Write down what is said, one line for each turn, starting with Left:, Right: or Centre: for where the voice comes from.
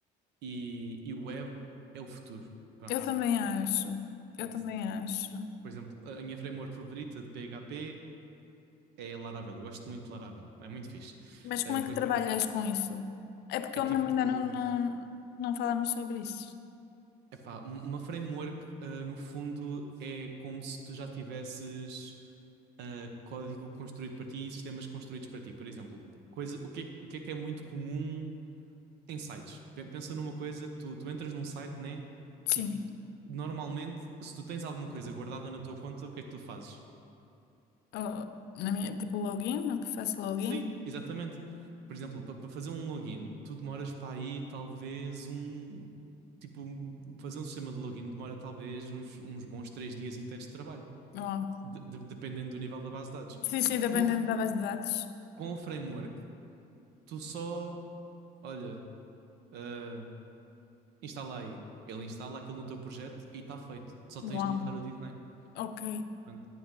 Right: e, e web é o futuro. Pronto.
Left: Eu também acho,
Right: Pronto.
Left: eu também acho.
Right: Por exemplo, a minha framework favorita de PHP é, é a Laravel. Eu gosto muito de Laravel. É muito fixe.
Left: Mas
Right: Ah,
Left: como é
Right: por
Left: que
Right: exemplo,
Left: trabalhas com isso? É porque
Right: é
Left: eu
Right: tipo.
Left: mesmo ainda não, não, não falamos sobre isso.
Right: Epá, um- uma framework, ah, no fundo, é como se tu já tivesses ah, código construído para ti e sistemas construídos para ti. Por exemplo, coisa, o que é, o que é que é muito comum? Em sites. Pe- Pensa numa coisa que tu, tu entras num site, né?
Left: Sim.
Right: E normalmente, se tu tens alguma coisa guardada na tua conta, o que é que tu fazes?
Left: Eu, na minha, tipo, login, faço login.
Right: Sim, exatamente. Por exemplo, para fazer um login, tu demoras para aí talvez um. Tipo, fazer um sistema de login demora talvez uns, uns bons três dias inteiros de trabalho,
Left: Oh.
Right: de- de- dependendo do nível da base de dados.
Left: Sim, sim, dependendo
Right: Com, o f-
Left: da base de dados.
Right: com o framework, tu só, olha, ah, instala aí. Ele instala aquilo no teu projeto e está feito. Só
Left: Uau,
Right: tens de mudar o design.
Left: ok,
Right: Pronto.